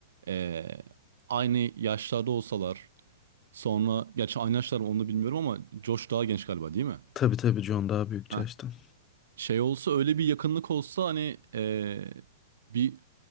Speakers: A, on the right; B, on the left.
A: e, aynı yaşlarda olsalar sonra gerçi aynı yaşlar mı onu da bilmiyorum ama Josh daha genç galiba değil mi?
B: Tabii tabii John daha büyük
A: Ha.
B: Josh'tan.
A: Şey olsa öyle bir yakınlık olsa hani e, bir